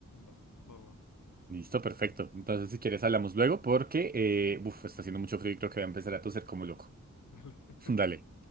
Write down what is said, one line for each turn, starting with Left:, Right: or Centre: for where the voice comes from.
Left: Va, va, va.
Right: Listo, perfecto. Entonces, si quieres, hablamos luego porque, eh, uf, está haciendo mucho frío y creo que voy a empezar a toser como loco.
Left: Dale.
Right: <laughs> Dale.
Left: <laughs>